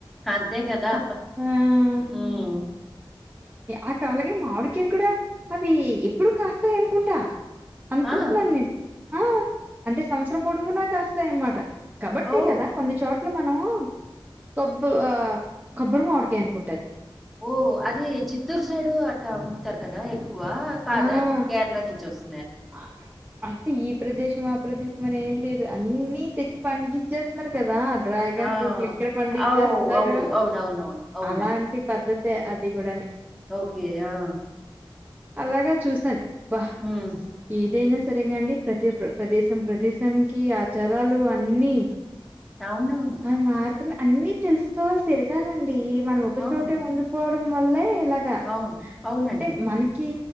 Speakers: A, in the centre; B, on the right (about 20°).
A: అంతే కదా
B: అన్ని
A: ఉం
B: అక్కడ అలాగే మామిడికాయలు కూడా అవి ఎప్పుడు కాస్తాయి అనుకుంటా అనుకుంటున్నాను
A: ఆ
B: నేను ఆ అంటే సంవత్సరం పొడుగునా కాస్తాయ అనమాట కాబట్టే
A: ఓ
B: కదా కొన్ని చోట్ల మనము కొబ్బు ఆ కొబ్బరి మావిడికేయ అనుకుంటఅది
A: ఓ అదీ చిత్తూరు సైడూ అట్ట్ అమ్ము తారు కదా ఎగ్ క్కువా కాదా
B: ఆ
A: ఇప్పుడు కేరళా నుంచి వస్త్
B: ఆ అంటే ఈ ప్రదేశం ఆ ప్రదేశమని ఏం లేదు అన్నీ తెచ్చి పండిచ్చేస్తున్నారు కదా. డ్రాగన్
A: ఆ
B: ఫ్రూట్లు ఇక్కడ పండిచ్చేస్తున్నారు
A: అవు అవు అవునవునవును అవునండి
B: అలాంటి పద్ధత్. తే అది గూడానే
A: ఓకే ఆ
B: అలాగా చూశాను భా
A: ఉమ్
B: ఏదైనా సరేగాండి. ప్రతీ ప్రదేశం ప్రదేశానికి ఆచారాలు అన్నీ.
A: అవునవును
B: అయి మారుతున్నాయ్ అన్నీ తెలుసుకోవాలి తిరగాలం డీ మనం ఒక
A: అవును
B: చోటే ఉండిపోవడం వల్లే ఇలాగా.
A: అవును అవునండి
B: అంటే మనక్ కీ